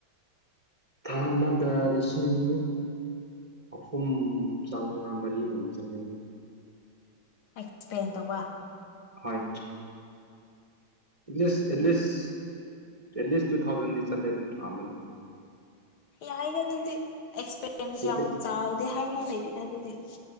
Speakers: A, on the right; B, on the left.
A: ꯊꯥ ꯑꯃꯗ ꯂꯤꯁꯤꯡ ꯑꯍꯨꯝ ꯆꯥꯃꯉꯥ ꯃꯔꯤ ꯑꯝ ꯆꯠꯂꯦꯗ
B: ꯑꯦꯛꯁꯄ꯭ꯂꯦꯟ ꯇꯧꯕ
A: ꯍꯣꯏ at least at least at least two ꯊꯥꯎꯖꯟꯗꯤ ꯆꯠꯂꯦ ꯑꯗꯨꯝ ꯊꯥ ꯑꯃꯅꯦ
B: ꯌꯥꯏꯅꯦ ꯑꯗꯨꯗꯤ ꯑꯦꯛꯁꯄꯤꯦꯔꯤꯟꯁ
A: ꯄꯣꯀꯦꯠ
B: ꯌꯥꯝ ꯆꯥꯎꯗꯦ ꯍꯥꯏꯅ ꯂꯩꯇꯗ ꯑꯗꯨꯗꯤ